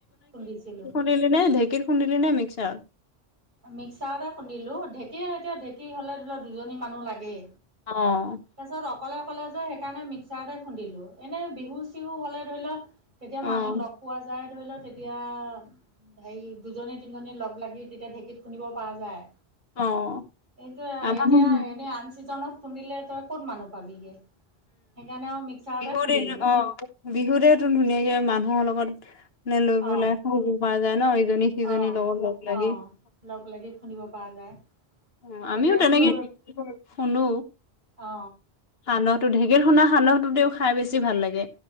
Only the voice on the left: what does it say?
খুন্দলি নে ঢেঁকী খুন্দিলি নে মিক্সাৰত?
অঁ
অ',
অ',
আমাৰ
উম,
বিহুত
এই অ', বিহুতেতো ধুনীয়াকে মানুহৰ লগত মানে লৈ পেলাই
সু প যায় ন ইজনী, সিজনীৰ
লগত লগ লাগি।
অ,
আমিও তেনেকে
খুন্দে।
সান্দটো ঢেঁকীত খুন্দা সান্দটো তেও খাই বেছি ভাল লাগে।